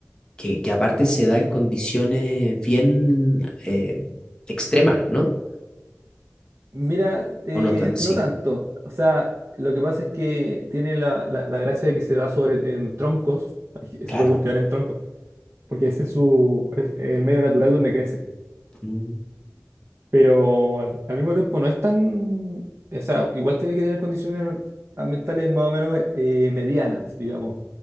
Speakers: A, on the left (about 15°); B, on the right (about 50°).
A: que, que aparte se da en condiciones bien eh, extremas, ¿no?
B: Mira, eh,
A: O no tan así.
B: no tanto. O sea, lo que pasa es que tiene la, la- la gracia de que se da sobre en troncos, Ay,
A: Claro.
B: se puede cultivar en troncos, porque ese es su es el medio natural donde crece.
A: Mm,
B: Pero al, al mismo tiempo no es tan, o sea, igual tiene que tener condiciones ambientales más o menos eh, medianas, digamos,